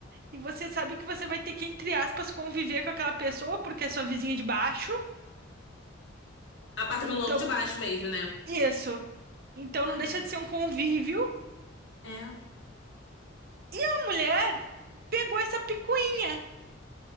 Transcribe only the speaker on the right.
e você sabe que você vai ter que, entre aspas, conviver com aquela pessoa, porque é sua vizinha de baixo. Então,
isso. Então
não deixa de ser um convívio.
A mulher pegou essa picuinha.